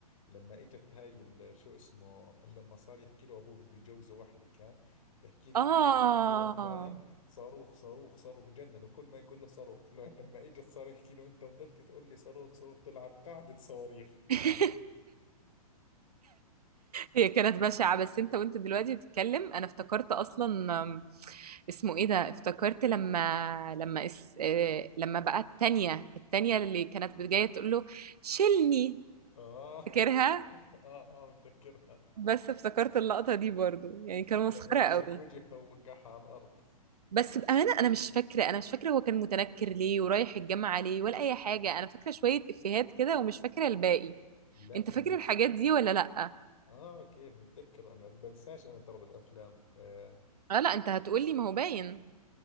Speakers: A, on the left; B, on the right.
A: لما اجت هاي ال- شو اسمه لما صار يحكي له ابوه بده يجوزه وحده كان بحكي له
B: اه
A: في بنت اللي هو فلان صاروخ صاروخ صاروخ جنن كل ما يقول له صاروخ فلان لما اجت صار يحكي له انت فضلت تقول لي صاروخ صاروخ طلعت قاعدة صواريخ
B: <laughs>
A: <laughs>
B: هي كانت بشعة بس انت وانت دلوقتي بتتكلم انا افتكرت اصلا أم، اسمه ايه ده افتكرت لما لما اس... آه، لما بقى التانية التانية اللي كانت جاية تقول له شيلني
A: اه
B: فاكرها
A: اه اه متذكرها
B: بس افتكرت اللقطة دي برضو يعني كان
A: لما
B: مسخرة
A: مسك
B: قوي
A: وجهه ووقعها على الارض
B: بس بأمانة أنا مش فاكرة أنا مش فاكرة هو كان متنكر ليه ورايح الجامعة ليه ولا أي حاجة أنا فاكرة شوية إفيهات كده ومش فاكرة الباقي
A: لا
B: انت
A: هم
B: فاكر الحاجات دي ولا لا
A: اه كيف متذكر انا بنساش انا ترى بالافلام آه
B: اه لا انت هتقولي ما هو باين